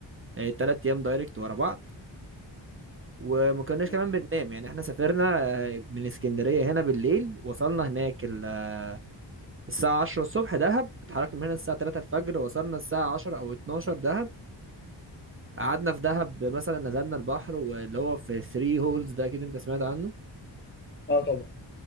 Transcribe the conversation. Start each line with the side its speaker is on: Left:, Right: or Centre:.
Right: آه، تلات ايام دايركت ورا بعض وما كناش
Left: مم.
Right: كمان بننام يعني احنا سافرنا آه، من اسكندرية هنا بالليل وصلنا هناك ال... آه، الساعة 10 الصبح دهب اتحركنا من هنا الساعة 3 الفجر وصلنا الساعة 10 او 12 دهب قعدنا
Left: مم.
Right: في دهب مثلا نزلنا البحر واللي هو في ثري هولز ده اكيد انت سمعت عنه
Left: اه طبعا